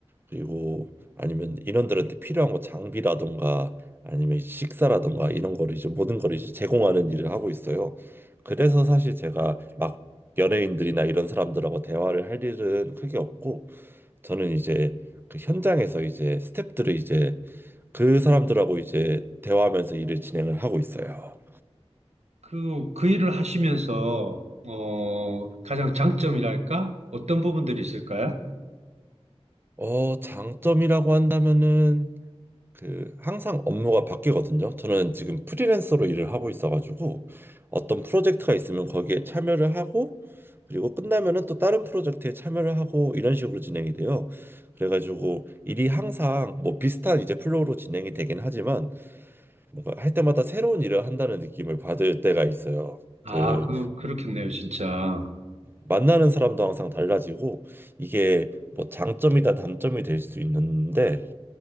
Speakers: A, on the right; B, on the right.
A: 그리고 아니면 인원들한테 필요한 거 장비라던가 아니면 식사라던가 이런 거를 이제 모든 걸 이제 제공하는 일을 하고 있어요. 그래서 사실 제가 막 연예인들이나 이런 사람들하고 대화를 할 일은 크게 없고 저는 이제 그 현장에서 이제 스태프들을 이제 그 사람들하고 이제 대화하면서 일을 진행을 하고 있어요.
B: 그, 그 일을 하시면서, 어, 가장 장점이랄까? 어떤 부분들이 있을까요?
A: 어, 장점이라고 한다면은 그 항상 업무가 바뀌거든요. 저는 지금 프리랜서로 일을 하고 있어가지고 어떤 프로젝트가 있으면 거기에 참여를 하고 그리고 끝나면은 또 다른 프로젝트에 참여를 하고 이런 식으로 진행이 돼요. 그래가지고 일이 항상 뭐 비슷한 이제 플로우로 진행이 되긴 하지만 뭔가 할 때마다 새로운 일을 한다는 느낌을 받을 때가 있어요.
B: 아,
A: 그
B: 그, 그렇겠네요, 진짜.
A: 만나는 사람도 항상 달라지고 이게 뭐 장점이다 단점이 될 수 있는데